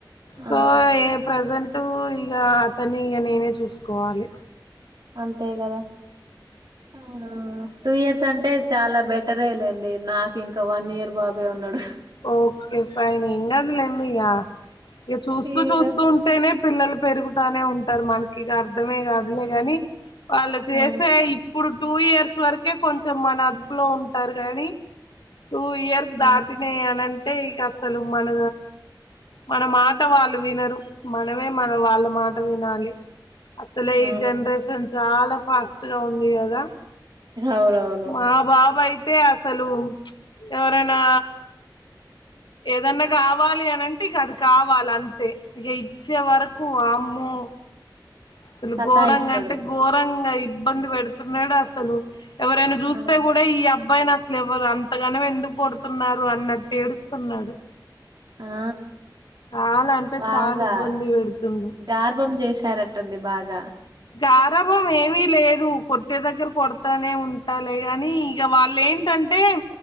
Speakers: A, on the left; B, on the right.
A: సో
B: ఆ
A: ఏ ప్రెజెంట్ అటు ఇగ అతన్ని ఇక నేనే చూసుకోవాలి
B: అంతే గదా ఆ టూ ఇయర్స్ అంటే చాలా బెస్ట్ సరేలేండి నాకు ఇంకా వన్ ఇయర్ బాబే ఉన్నాడు
A: ఓకే ఫైన్ ఏం కాదులేండి ఇగ ఇక చూస్తూ
B: ఇగ
A: చూస్తూ ఉంటేనే పిల్లలు పెరుగుతానే ఉంటారు మనకి ఇక అర్ధమే కాదులే గాని వాళ్ళు చేసే
B: ఆ
A: ఇప్పుడు టూ ఇయర్స్ వరకే కొంచెం మన అదుపులో ఉంటారు గానీ టూ ఇయర్స్
B: ఆ
A: దాటి ఏనంటే ఇక అసలు మన మన మాట వాళ్ళు వినరు మనమే మన వాళ్ళ మాట వినాలి అసలే
B: ఆ
A: ఈ జనరేషన్ చాలా ఫాస్ట్ లో ఉంది కదా
B: అవునవును
A: మా బాబయి తే అసలు ఇచ్ ఎవరనా ఏదన్నా కావాలి అనింటే ఇక అది కావాలి అంతే ఇక ఇచ్చే వరకు వామ్మో అసలు
B: సతాయిస్తడు
A: ఘోరంగా అంటే ఘోరంగా ఇబ్బంది పెడుతున్నాడు అసలు ఎవరైనా చూస్తే
B: ఆ
A: కూడా ఈ అబ్బాయిని అలు అంతగానం ఎందుకు పడుతున్నారు అన్నట్టు ఏడుస్తున్నాడు
B: ఆ
A: చాలా అంటే
B: బాగా
A: చాలా ఇబ్బంది పెడుతుండు
B: గార్భం చేశారటటుంది బాగా
A: గ ఆరభం ఏమి లేదు కొట్టే దగ్గర కొడతానే ఉంటాలి గాని ఇక వాళ్ళు ఏంటంటే